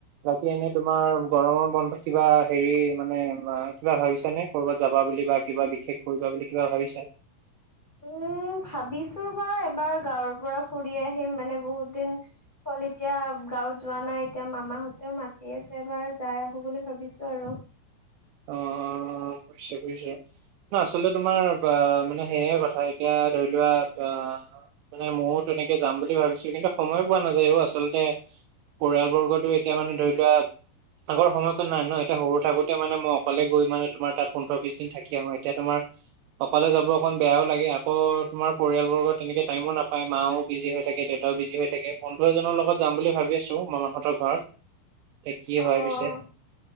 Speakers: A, on the right (about 80°); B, on the left (about 20°).
A: বাকী এনে তোমাৰ গৰমৰ বন্ধত কিবা হেৰি মানে কিবা ভাবিছানে। ক'ৰবাত যাবা বুলি বা কিবা বিশেষ কৰিবা বুলি কিবা ভাবিচা।
B: উম' ভাবিছো বাৰু এবাৰ গাঁৱৰ পৰা ফুৰি আহিম মানে বহুত দিন হ'ল এতিয়া গাঁৱত যোৱা নাই এতিয়া মামাহঁতেও মাতি আছে এবাৰ যায় আহো বুলি ভাবিছো আৰু।
A: অ'। ন আচলতে তোমাৰ বা মানে সেয়ে কথা এতিয়া ধৰি লোৱা অ' মানে ময়ো তেনেকে যাম বুলি ভাবিছোঁ কিন্তু সময় পোৱা নাযায়ও আচলতে পৰিয়ালবৰ্গতো এতিয়া মানে ধৰি লোৱা আগৰ সময়কত নাই ন এতিয়া সৰু থাকোতে মানে মই অকলে গৈ মানে তোমাৰ তাত পোন্ধৰ বিশ দিন থাকিয আহো এতিয়া তোমাৰ অকলে যাব অকণ বেয়াও লাগে আকৌ তোমাৰ পৰিয়ালবৰ্গ তেনেকে টাইমো নাপায় মাও বিজি হৈ থাকে দেউতাও বিজি হৈ থাকে বন্ধু এজনৰ লগত যাম বুলি ভাবি আছো মাম মাহঁতৰ ঘৰত এতিয়া কি
B: অ',
A: হয় পিছে